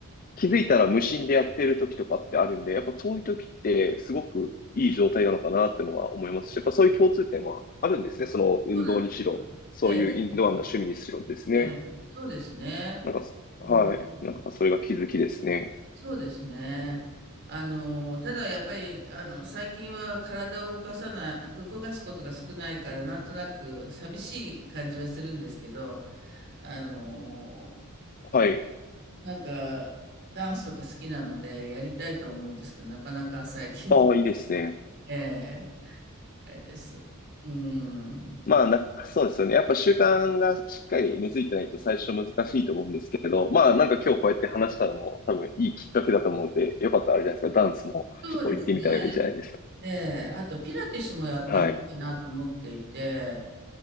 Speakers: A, on the left; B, on the right.
A: 気づいたら無心でやってる時とかってあるんで、やっぱそういう時ってすごくいい状態なのかなっていうのは思いますし、やっぱそういう共通点はあるんですね。その運動にしろ、
B: そうなんですよ。
A: そういうインドアな趣味にしろですね。
B: ええ、そうです。ええ、そうですね。
A: なんかそ、
B: うん、
A: はい。
B: うん
A: なんかそれが気づきですね。
B: そうですね。あの、ただやっぱり、あの、最近は体を動かさない、動かすことが少ないから、なんとなく寂しい感じはするんですけど、あのー
A: はい。
B: なんか、ダンスとか好きなので、やりたいとは思うんですけど、なかなか最近で、
A: ああ、いいですね。
B: <laughs> ええあれです。うん。
A: まあな、そうですよね。やっぱ習慣がしっかり根付いてないと最初難しいと思うんですけど、まあなんか今日こうやって話したのも多分いいきっかけだと思うんで、よかったらあれじゃないですか。ダンスもちょっと行ってみたらいいじゃないですか。
B: そうですね。ええあと、ピラティスもやってみたいなと思っていて、
A: はい。